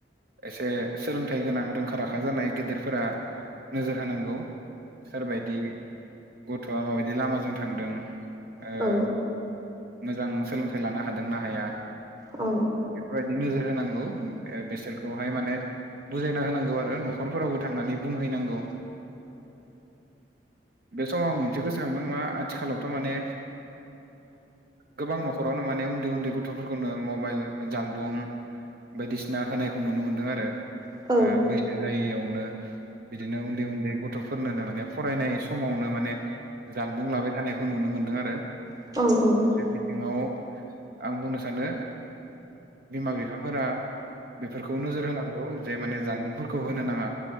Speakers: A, on the right (about 60°); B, on the right (about 20°).
A: एसे सोलोंथाइ गोनां रोंखा राखा जानाय गेदेरफोरा नोजोर होनांगौ सोरबायदि गथ'आ माबायदि लामाजों थांदों। जोङो
B: उम
A: मोजां सोलोंथाइ लानो हादोंना हाया
B: औ।
A: बेफोरबादि नोजोर होनांगौ बेसोरखौहाय माने बुजायना होनांगौ आरो न'खरफोरावबो थांनानै बुंहैनांगौ बे समाव आं मोनसे गोसोखांदों मा आथिखालावथ' माने गोबां न'खरावनो माने उन्दै उन्दै गथ'फोरखौनो मबाइल जानबुं बायदिसिना होनायखौ नुनो मोनदों आरो
B: उम
A: बैसो जायायावनो बिदिनो उन्दै उन्दै गथ'फोरनोनो माने फरायनाय समावनो माने जानबुं लाबाय थानायखौ नुनो मोनदों आरो।
B: औ।
A: बे बिथिङाव आं बुंनो सानो बिमा बिफाफोरा बेफोरखौ नोजोर होनांगौ। नौ जे माने जानबुंफोरखौ होनो नाङा